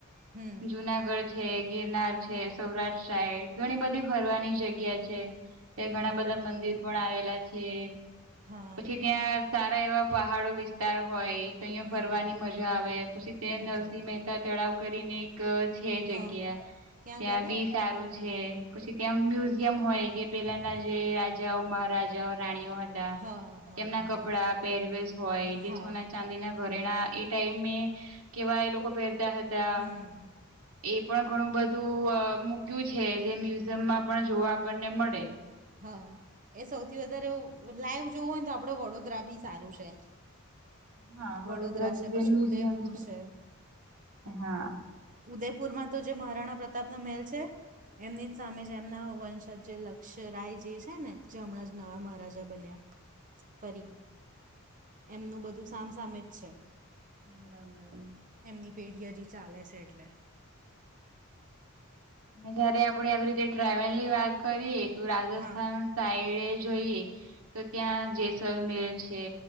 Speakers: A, on the right; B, on the right.
A: હમ
B: જુનાગઢ. છે ગિરનાર છે સૌરાષ્ટ્ર સાઈડ ઘણી બધી ફરવાની જગ્યા છે. ત્યા ઘણા
A: હા
B: બધા મંદિર પણ આવેલા છે
A: હા
B: પછી. ત્યાં સારા એવા પહાડો વિસ્તાર હોય તો અહં
A: હમ
B: ફરવાની. મજા આવે પછી તે
A: મજા
B: નરસિંહ
A: આવે.
B: મહેતા તળાવ કરીને એક જ. છે જગ્યા
A: હા ક્યાં
B: ત્યાં
A: ગાડે
B: બી સારું જે પછી ત્યાં મ્યુઝિયમ હોય કે પેલાના જે રાજાઓ મહારાજાઓ રાણીઓ હતા
A: હા હા
B: તેમના
A: હા હા
B: કપડા પહેરવેશ હોય જે
A: હા
B: સોના ચાંદીના ઘરેણા એ. ટાઈમ કેવા એ લોકો પહેરતા હતા.
A: હમ
B: એ પણ ઘણું બધું મૂક્યું છે જે. મમાં પણ જોવા આપણને મળે.
A: હા એ સૌથી વધારે લાઈવ જોવું હોય ને તો આપડ વડોદરા બી સારું છે.
B: હા
A: વડોદરા
B: જે
A: છે
B: જે
A: પછી
B: મ્યુઝિયમ
A: ઉદયપુર છે.
B: હા
A: ઉદયપુરમાં તો જે મહારાણા પ્રતાપનો મેલ છે એમની સામે જ એમના વંશજ જે લક્ષ રાય જે છે ને જે હમણાં જ નવા મહારાજા બન્યા ફરી- એમનું બધું સામસામે જ છે.
B: બરાબર.
A: એમની પેઢી હજી ચાલે છે એટલે
B: જયારે આપડે આવી રીતે ટ્રાવેલ ની વાત કરીએ તો રાજસ્થાન
A: હા
B: સાઈડ જોઈએ તો ત્યાં સલમેર છે